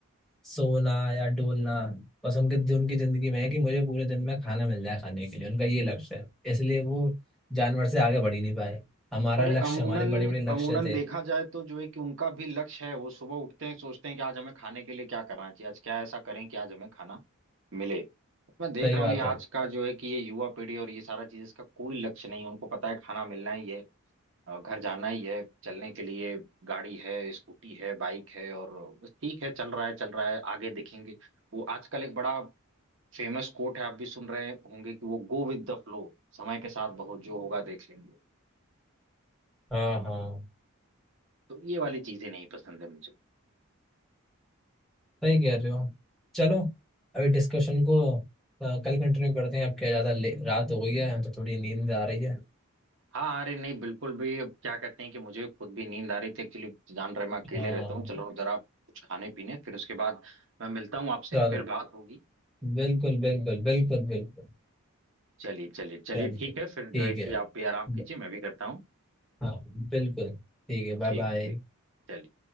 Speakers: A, in the centre; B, on the right (about 55°).
A: सोना या डोलना बस उनके उनकी जिंदगी में है कि मुझे पूरे दिन में खाना मिल जाए खाने के लिए उनका ये लक्ष्य है इसलिए वो जानवर से आगे बढ़ ही नहीं पाए हमारा
B: अरे
A: लक्ष्य
B: अमूनन
A: हमारे बड़े बड़े लक्ष्य
B: अमूनन
A: थे
B: देखा जाए तो जो है कि उनका भी लक्ष्य है वो सुबह उठते हैं सोचते हैं कि आज हमें खाने के लिए क्या करना चाहिए आज क्या ऐसा करें कि आज हमें खाना मिले मैं देख
A: सही
B: रहा
A: बात
B: हूँ ये आज
A: है
B: का जो है कि ये युवा पीढ़ी और ये सारा चीज इसका कोई लक्ष्य नहीं है उनको पता है खाना मिलना ही है अ, घर जाना ही है चलने के लिए गाड़ी है स्कूटी है बाइक है और बस ठीक है चल रहा है चल रहा है आगे देखेंगे वो आजकल एक बड़ा फेमस कोट है आप भी सुन रहे होंगे कि वो गो विद द फ्लो समय के साथ बहुत जो होगा देख लेंगे
A: हाँ हाँ
B: तो ये वाली चीजें नहीं पसंद है मुझे
A: सही कह रहे हो चलो अभी डिस्कशन को अ, कल कंटिन्यू करते हैं अब क्या ज़्यादा ले- रात हो गई है तो थोड़ी नींद आ रही है
B: हाँ अरे नहीं बिल्कुल भी अब क्या कहते हैं कि मुझे खुद भी नींद आ रही थी एक्चुअली जान रहे मैं अकेले
A: हाँ
B: रहता हूँ चलो जरा कुछ खाने पीने फिर उसके बाद मैं मिलता हूँ आपसे
A: चलो
B: फिर बात होगी
A: बिल्कुल बिल्कुल बिल्कुल बिल्कुल
B: चलिए चलिए चलिए
A: चलिए
B: ठीक
A: ठीक
B: है फिर जो है कि
A: है
B: आप भी आराम
A: ब-
B: कीजिए मैं भी करता हूँ
A: हाँ बिल्कुल ठीक है
B: ठीक
A: Bye bye
B: ठीक चलिए